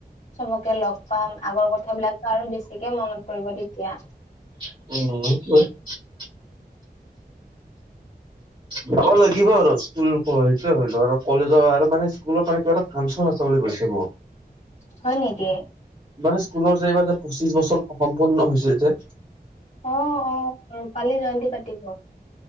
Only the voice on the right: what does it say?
<unintelligible> যাব লাগিব আৰু, স্কুল ক সেইটোয়ে হ'লে আৰু কলেজৰ আৰু মানে স্কুলৰ মানে কিবা এটা ফাংচন আছে <unintelligible>
মানে স্কুলৰ যে, এইবাৰ যে, পঁচিশ বছৰ সম্পূৰ্ন হৈছে যে